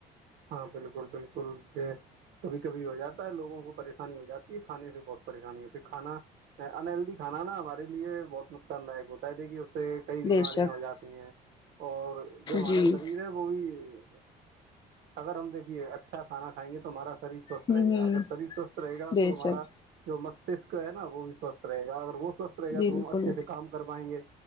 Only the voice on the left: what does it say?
بے شک
جی
ہ
ہ
بے
شک
بالکل